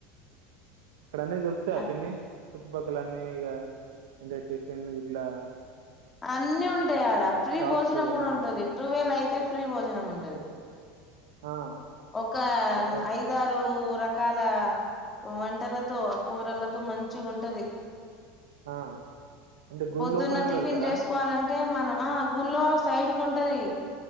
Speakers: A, on the right; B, on the left.
A: అక్కడ అన్ని దొరుకుతాయ
B: ఆ
A: పిన్ని చుట్టుపక్కల అన్నీ ఇగా అందే టిఫిన్ ఇట్లా
B: అన్నీ ఉంటాయి ఆడ ఫ్రీ
A: షాప్స్
B: భోజనం కూడా
A: అన్ని
B: ఉంటుది టువేల్ అయితే ఫ్రీ భోజనం ఉంటుది.
A: ఆ
B: ఒక
A: ఒక
B: న ఐదారు ర రకాల వంటలతో ఆ కూరలతో మంచిగుంటది
A: ఆ అంటే గుడి
B: పొద్దున్న
A: లోపలనే
B: టిఫిన్
A: పెడతారా
B: చేసుకోవాలంటే మనమా ఆ గుల్లో సైడ్ కు ఉంటది